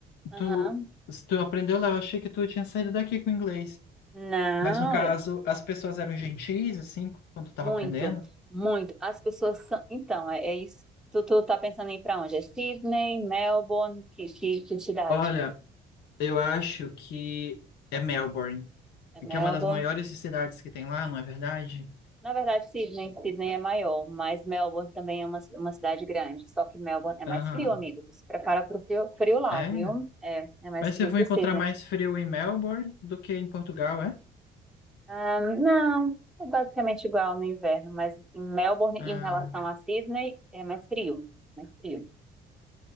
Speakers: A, in the centre; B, on the left.
A: aham.
B: tu, tu aprendeu lá, eu achei que tu tinha saído daqui com inglês.
A: Não,
B: Mas no caso,
A: é
B: as pessoas eram gentis, assim, quando tu tava
A: muito,
B: aprendendo.
A: muito. As pessoas são. Então, é, é isso. Tu, tu tá pensando em ir para onde? É Sydney, Melbourne, que, que, que cidade?
B: Olha, Eu acho que é Melbourne,
A: É Melbourne.
B: que é uma das maiores cidades que tem lá, não é verdade?
A: Na verdade, Sydney, Sydney é maior, mas Melbourne também é uma, uma cidade grande. Só que Melbourne é mais
B: Aham,
A: frio, amigo. Tu se prepara pro frio, frio lá,
B: é.
A: viu? É, é mais
B: Mas
A: frio
B: você vai
A: que
B: encontrar
A: Sydney.
B: mais frio em Melbourne do que em Portugal, é?
A: Ah, não, é basicamente igual no inverno, mas em Melbourne,
B: Ah,
A: em relação a Sydney, é mais frio. Mais frio.